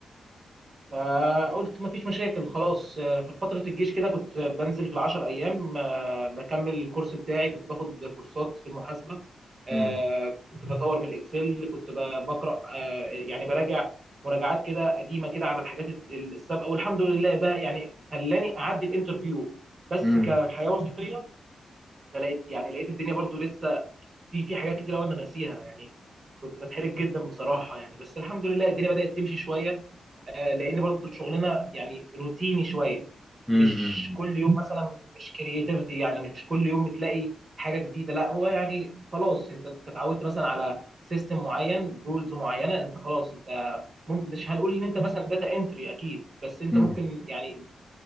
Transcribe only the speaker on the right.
فقلت مفيش مشاكل خلاص آه، في فترة الجيش كده كنت بنزل في العشر أيام آه، بكمل الكورس بتاعي كنت باخد كورسات في المحاسبة آه،
كنت بطور من الإكسل كنت ب- بقرأ آه، يعني براجع مراجعات كده قديمة كده على الحاجات ال- السابقة والحمد لله ده يعني خلاني أعدي الانترفيو بس
كحياة وظيفية فلقيت يعني لقيت الدنيا برضو لسه في في حاجات كتير أوي أنا ناسيها يعني كنت بتحرج جدا بصراحة يعني بس الحمد لله الدنيا بدأت تمشي شوية آه، لان برضو شغلنا يعني روتيني شويه
مش كل يوم مثلا مش كرياتيفيتي يعني مش كل يوم بتلاقي حاجه جديده لا هو يعني خلاص انت أنت اتعودت مثلا على سيستم معين رولز معينه انت خلاص انت ممكن مش هنقول ان انت مثلا داتا انتري اكيد بس انت
ممكن يعني